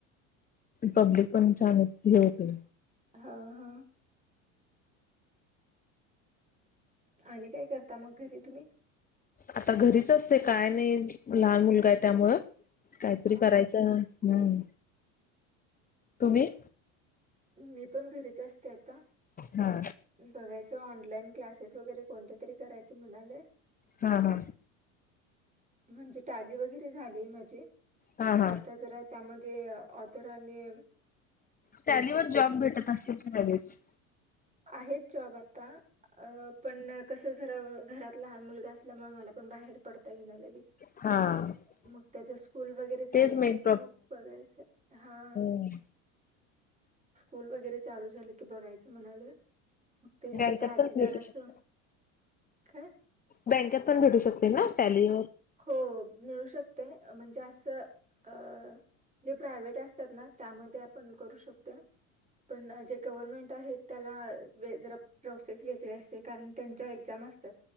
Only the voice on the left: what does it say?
पब्लिक पण चांग घ होते
आता घरीच असते काय नाही लहान मुलगा आहे त्यामुळ काहीतरी
करायचं
हम् तुम्ही
हा
हा हा
हा
हा
त्याॅलीवर जॉब भेटत असतील ना लगच
हा
तेच
मेन
हम्
बँकेत
पण
भेटू
शकते
बँकेत पण भेटू शकते ना फॅली